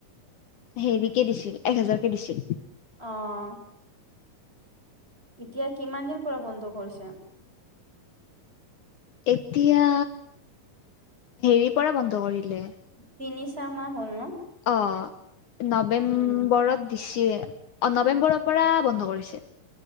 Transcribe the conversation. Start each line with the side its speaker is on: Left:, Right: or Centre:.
Left: হেৰিকে দিছিল, এক হেজাৰকে দিছিল।
Right: অ'। এতিয়া কিমান দিন পৰা বন্ধ কৰিছে?
Left: এতিয়া, হেৰি পৰা বন্ধ কৰিলে।
Right: তিনি ছ মাহ হ'ল ন
Left: অ নৱেম্বৰত
Right: উম
Left: দিছে নৱেম্বৰৰ পৰা বন্ধ কৰিছে